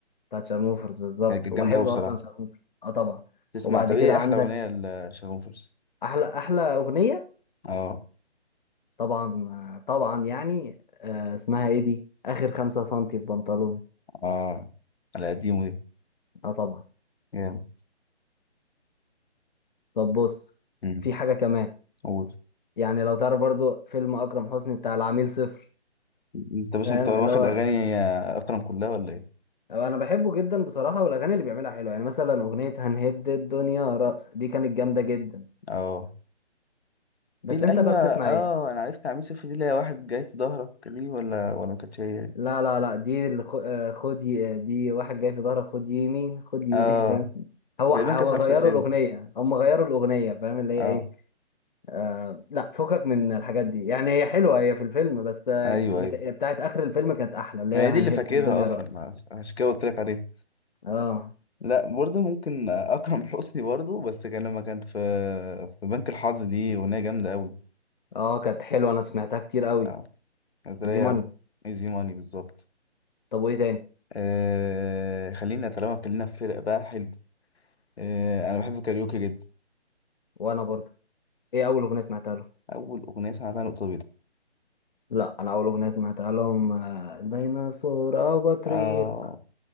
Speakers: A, on the left; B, on the left.
A: بتاعت شارموفرز بالظبط
B: هي كانت
A: وبحب
B: جامدة أوي بصراحة
A: اصلا شارموفرز اه طبعا
B: تسمع
A: وبعد
B: طب
A: كده
B: إيه
A: عندك
B: أحلى أغنية لشارموفرز؟
A: احلى احلى اغنيه
B: اه
A: طبعا آه، طبعا يعني آه، اسمها ايه دي اخر خمسة سنتي في بنطلون
B: اه على قديمه دي
A: اه طبعا
B: جامد
A: طب بص
B: أمم،
A: في حاجة كمان
B: قول
A: يعني لو تعرف برضو فيلم أكرم حسني بتاع العميل صفر
B: أنت بس
A: فاهم
B: أنت واخد
A: اللي هو
B: أغاني أكرم كلها ولا إيه؟
A: أو أنا بحبه جدا بصراحة والأغاني اللي بيعملها حلوة يعني مثلا أغنية هنهد الدنيا رأس دي كانت جامدة جدا
B: اه
A: بس
B: في ال-
A: أنت
B: أيوه
A: بقى بتسمع
B: اه
A: إيه؟
B: أنا عرفت عميل صفر دي اللي هي واحد جاي في ظهرك دي ولا ولا ما كانتش هي دي؟
A: لا لا لا دي اللي خ- آه، خد ي- آه، دي واحد جاي في ظهرك خد يمين خد يمين
B: اه
A: <laughs> فاهم هو
B: تقريبا
A: هو
B: كانت في
A: غيروا
B: نفس الفيلم
A: الأغنية هم غيروا الأغنية فاهم اللي هي
B: اه
A: إيه آه لا فكك من الحاجات دي يعني هي حلوة هي في الفيلم بس آه،
B: ايوه
A: بت...
B: ايوه
A: بتاعت آخر الفيلم كانت أحلى اللي
B: هي
A: هي هنهد
B: دي اللي فاكرها
A: الدنيا
B: اصلا
A: رأس
B: عش- عشان كده قلت لك عليها
A: اه
B: لا برضه ممكن اكرم حسني برضه بس كان لما كانت في في بنك الحظ دي اغنيه جامده قوي
A: اه كانت حلوة أنا سمعتها كتير قوي
B: اه كانت رايقه
A: زي ماني
B: قوي ايزي ماني بالظبط
A: طب وإيه تاني
B: آه خلينا طالما اتكلمنا في فرق بقى حلو آه انا بحب الكاريوكي جدا
A: وأنا برضو إيه أول أغنية سمعتها لهم
B: اول اغنيه سمعتها نقطه بيضاء
A: لا أنا أول أغنية سمعتها لهم آه، ديناصور أو بطريق
B: آه